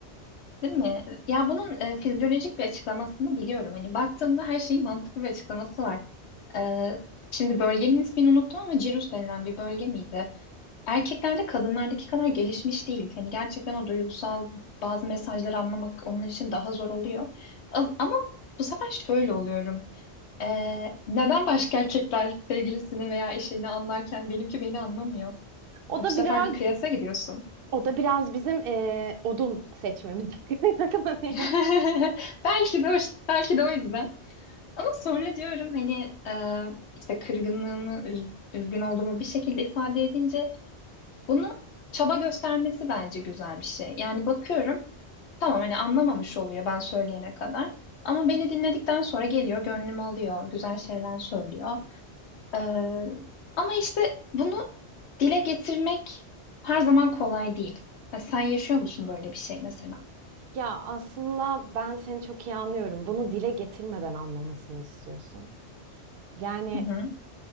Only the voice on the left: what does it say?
Değil mi? Ya bunun e, fizyolojik bir açıklamasını biliyorum. Hani baktığımda her şeyin mantıklı bir açıklaması var. E, şimdi bölgenin ismini unuttum ama Cirrus denilen bir bölge miydi? Erkeklerde kadınlardaki kadar gelişmiş değil. Hani gerçekten o duygusal bazı mesajları anlamak onlar için daha zor oluyor. Az- Ama bu sefer şöyle oluyorum. E, neden başka erkekler sevgilisini veya eşini anlarken benimki beni anlamıyor?
Bu
sefer
bir kıyasa gidiyorsun.
<laughs> Belki de, o- belki de o yüzden. Ama sonra diyorum hani e, işte kırgınlığımı, üz- üzgün olduğumu bir şekilde ifade edince bunu çaba göstermesi bence güzel bir şey. Yani bakıyorum tamam hani anlamamış oluyor ben söyleyene kadar. Ama beni dinledikten sonra geliyor, gönlümü alıyor, güzel şeyler söylüyor. E, ama işte bunu dile getirmek her zaman kolay değil. Ya sen yaşıyor musun böyle bir şey mesela?
Hı hı.